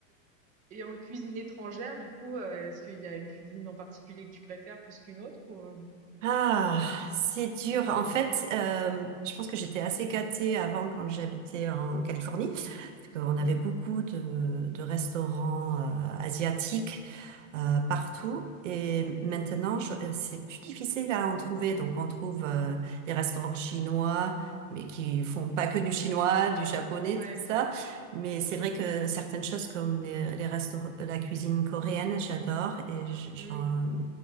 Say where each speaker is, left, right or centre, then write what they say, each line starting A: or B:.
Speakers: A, on the right; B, on the right.
A: Et en cuisine étrangère, du coup, heu, est-ce qu'il y a une cuisine en particulier que tu préfères plus qu'une autre ou, hem?
B: Ah, c'est dur. En fait, euh, je pense que j'étais assez gâtée avant quand j'habitais en Californie, parce qu'on avait
A: Mmh.
B: beaucoup de, de restaurants euh, asiatiques euh, partout. Et maintenant, je- euh, c'est plus difficile à en trouver. Donc, on trouve euh, des restaurants chinois, mais qui font pas que du chinois, du japonais,
A: Ouais.
B: tout ça. Mais c'est vrai que certaines choses comme les, les restaurants, la cuisine coréenne, j'adore et j- j'en-
A: Mmh.